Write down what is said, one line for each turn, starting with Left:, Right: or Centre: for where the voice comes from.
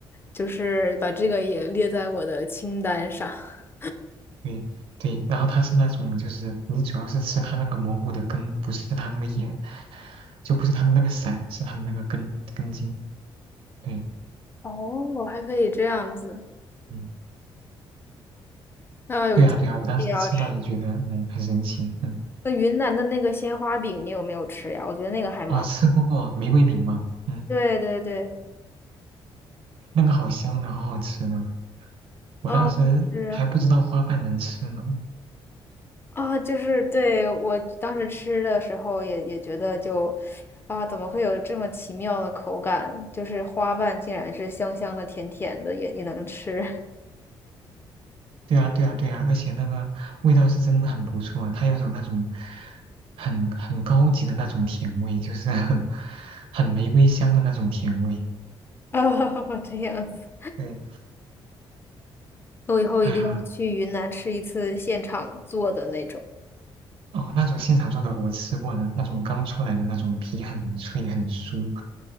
Left: 就是把这个也列在我的清单上。<laughs>
Right: 对对。然后它是那种，就是你主要是吃它那个蘑菇的根，不是它那个叶，就不是它的那个伞，是它的那个根根茎。对，
Left: 哦，还可以这样子，
Right: 嗯，
Left: 那有机会一定要吃。
Right: 对呀、对呀、我当时吃到也觉得，嗯，很神奇。嗯，
Left: 那云南的那个鲜花饼，你有没有吃呀？我觉得那个还蛮……
Right: 哦，吃过玫瑰饼吗？嗯，
Left: 对对对，
Right: 那个好香的，好好吃的。我当时还不知道花瓣能吃呢。
Left: 啊，是啊，就是对我当时吃的时候也也觉得就啊，怎么会有这么奇妙的口感？就是花瓣竟然是香香的、甜甜的，也也能吃
Right: 对啊，对啊，对啊，而且那个味道是真的很不错，它有种那种很很高级的那种甜味，就是 <laughs> 很很玫瑰香的那种甜味。
Left: <laughs> 啊，这样子。
Right: 对，
Left: 我以后一定要去云南吃一次现场做的那种，
Right: 哎呀，哦，那种现场做的我吃过呢，那种刚出来的那种皮很脆很酥，